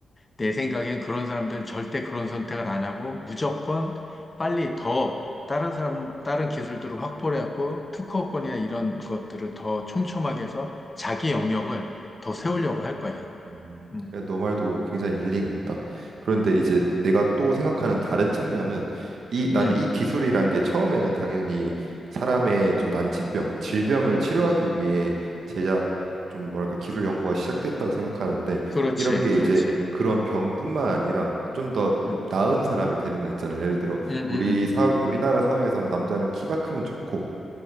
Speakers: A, on the left (about 25°); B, on the right (about 70°).
A: 내 생각엔 그런 사람들은 절대 그런 선택을 안 하고 무조건 빨리 더 다른 사람, 다른 기술들을 확보를 해갖고 특허권이나 이런 것들을 더 촘촘하게 해서 자기 영역을 더 세우려고 할 거야.
B: 음,
A: 음,
B: 너 말도 굉장히 일리가 있다. 그런데 이제 내가 또 생각하는 다른 측면은 이 나는
A: 음,
B: 이 기술이란 게 처음에는 당연히 사람의 좀 난치병, 질병을 치료하기 위해 제작 좀 뭐랄까 기술 연구가 시작됐다고 생각하는데
A: 그렇지,
B: 이런 게
A: 그렇지.
B: 이제 그런 병뿐만 아니라 좀 더
A: 음,
B: 나은 사람이 되는 거 있잖아요. 예를 들어
A: 음,
B: 우리
A: 음, 음,
B: 사 우리나라 사회에서 남자는 키가 크면 좋고